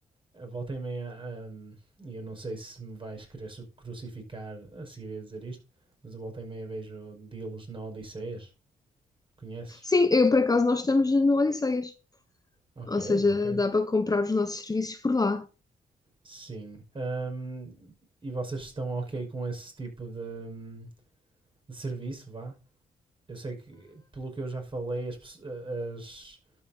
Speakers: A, on the right; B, on the left.
A: a volta e meia, hum, e eu não sei se me vais querer crucificar a seguir a dizer isto, mas a volta e meia vejo deals na Odisseias. Conheces?
B: Sim, eu por acaso nós estamos no Odisseias,
A: Ok,
B: ou seja,
A: ok.
B: dá para comprar os nossos serviços por lá.
A: Sim. Hum, e vocês estão ok com esse tipo de, hum, de serviço, vá? Eu sei que, pelo que eu já falei, as, as,